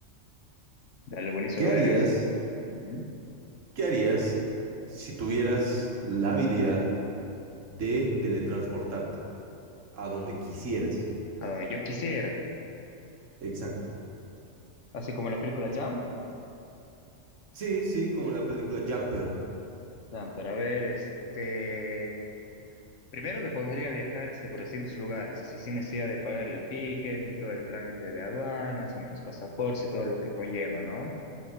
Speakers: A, on the left (about 70°); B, on the right (about 75°).
A: Dale, buenísimo,
B: ¿Qué
A: a
B: harías?
A: ver. es- ujú.
B: ¿Qué harías si tuvieras la habilidad de teletransportarte a donde quisieras?
A: A donde yo quisiera.
B: Exacto.
A: Así como la película Jump.
B: Sí, sí, como en la película Jumper.
A: Jump, pero a ver, este. Primero me pondría a viajar este, por distintos lugares, así sin necesidad de pagar el ticket, ni todo el trámite de aduanas, ni los pasaportes y todo lo que conlleva, ¿no?